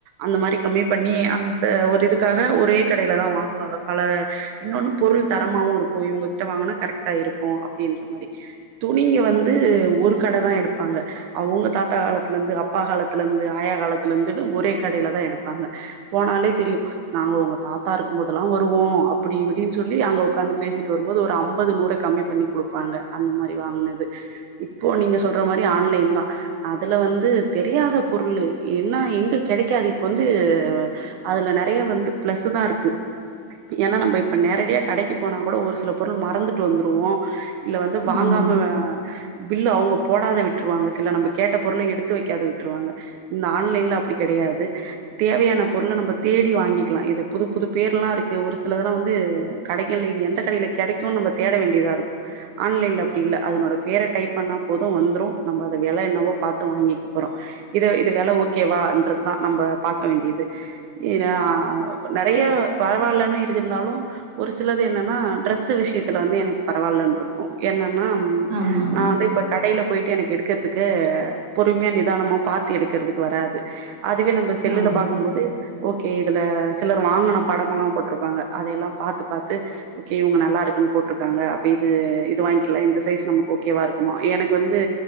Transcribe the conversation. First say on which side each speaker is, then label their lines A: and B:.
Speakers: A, on the right; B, on the right.
A: அந்த மாரி கம்மி பண்ணி அந்த ஒரு இதுக்காக ஒரே கடையில தான் வாங்குவாங்க பல இன்னொன்னு பொருள் தரமாவு இருக்கூ இவுங்ககிட்ட வாங்கனா கரெக்ட்டா இருக்கூ அப்பிடின்ற மாரி துணிங்க வந்து ஒரு கட தா எடுப்பாங்க அவுங்க தாத்தா காலத்துல இருந்து அப்பா காலத்துல இருந்து ஆயா காலத்துல இருந்து ஒரே கடைல தா எடுப்பாங்க போனாலே தெரியு நாங்க உங்க தாத்தா இருக்கும்போதெல்லா வருவோ அப்டின்னு அப்டின்னு சொல்லி அங்க ஒக்காந்து பேசிட்டு வரும்போது ஒரு அம்பது நூற கம்மி பண்ணி குடுப்பாங்க அந்த மாரி வாங்குனது இப்போ நீங்க சொல்ற மாரி ஆன்லைன் தா அதுல வந்து தெரியாத பொருளு என்னா எங்க கெடைக்காது இப்ப வந்து அதுல நெறைய வந்து பிளஸ்ஸு தா இருக்கு ஏன்னா நம்ம இப் இப்ப நேரடியா கடைக்கு போனா கூட ஒரு சில பொருள் மறந்துட்டு வந்துருவோ இல்ல வந்து வாங்காம
B: ஆமாங்க.
A: வே பில்லு அவுங்க போடாத விட்ருவாங்க சில நம்ம கேட்ட பொருள எடுத்து வைக்காத விட்ருவாங்க இந்த ஆன்லைன்ல அப்டி கடையாது தேவையான பொருள நம்ம தேடி வாங்கிக்கலா இது புது புது பேர்லா இருக்கு ஒரு சிலதல்லா வந்து து கடைகள்ல இது எந்த கடைல கெடைக்குனு நம்ம தேட வேண்டியதா இருக்கு ஆன்லைன்ல அப்டி இல்ல அதனோட பேர டைப் பண்ணா போதும் வந்துரும் நம்ம அத வெல என்னவோ பாத்து வாங்கிக்க போறோ இத இது வெல ஓகேவான்றதுதா நம்ம பாக்க வேண்டிது இன்ன ஆ நறைய பரவாயில்லன்னு இருக்குந்தாலு ஒரு சிலது என்னன்னா ட்ரெஸ்ஸு விஷயத்துல வந்து எனக்கு பரவால்லன்ருக்கும் என்னன்னா ம்
B: ஆமா, ஆமா,
A: நா வந்து இப்ப கடைல போயிட்டு எனக்கு எடுக்கறதுக்கு பொறுமையா நிதானமா பாத்து எடுக்கறதுக்கு வராது அதுவே நம்ம செல்லுல
B: ஆமா.
A: பாக்கும் போது ஓகே இதுல சிலர் வாங்கின படமல்லா போட்ருப்பாங்க அதயல்லா பாத்து பாத்து ஓகே இவுங்க நல்லா இருக்குன்னு போட்ருக்காங்க அப்ப இது இது வாய்ங்க்கலா இந்த சைஸ் நமக்கு ஓகேவா இருக்குமா எனக்கு வந்து